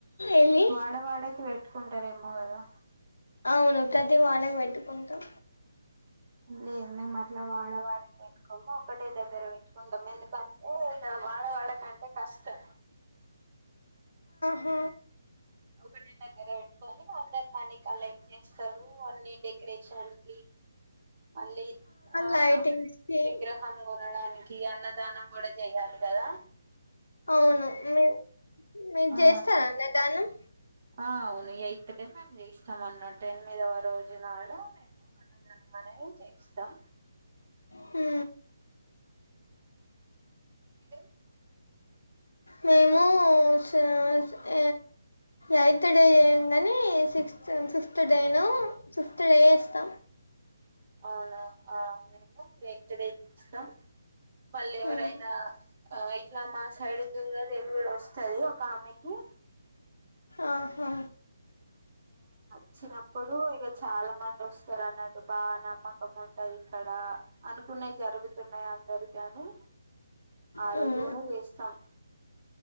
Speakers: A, on the left; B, on the right.
A: ఏమి
B: వాడవాడకి పెట్టుకుంటారేమో గాదా
A: అవును ప్రతి వాడకి పెట్టుకుంటం.
B: లేదు. మేము అట్లా వాడవాడకి పెట్టుకోము ఒక్కటే దగ్గర పెట్టుకుంటాము. ఎందుకంటే వాడ వాడకంటే కష్టం.
A: హ్
B: ఒక్కటే దగ్గర పెట్టుకొని అందరు మని కలెక్ట్ చేస్తారు. అన్ని డెకరేషన్ కి మళ్ళీ ఆ
A: లైటింగ్స్ కి
B: విగ్రహం కొనడానికి ఇగ అన్నదానం కూడా చెయ్యాలి. గాదా
A: అవును. మీ మీరు
B: ఆ
A: చేస్తార అన్న దానం
B: ఆ అవును ఇగ ఇప్పుడే మేము చేస్తాం అన్నట్టు ఎనిమిదవ రోజు నాడు మేం అన్నదనం అనేది చేయిస్తాం.
A: హ్
B: మీరు
A: మేము సాస <unintelligible> ఎయిత్ డే చేయం కానీ సిక్స్త్ ఫిఫ్త్ డేనో ఫిఫ్త్ డే చేస్తం.
B: అవునా. ఆ మేము ఎయిత్ డే చేస్తాం మల్లి
A: హ్మ్
B: ఎవరు ఆయినా ఇట్ల మా సైడ్ దుర్గాదేవి కూడా వోస్తది. ఒక ఆమెకి
A: ఆహా
B: ఓచ్చినప్పుడు ఇగా చాలా మంది వస్తారు అన్నాట్టు బాగా నమ్మకం ఉంటది. ఇక్కడ అనుకు న్నాయి జరుగుతున్నాయి. అందరికి అని ఆ
A: హ్మ్
B: రోజు కూడా చేస్తాం.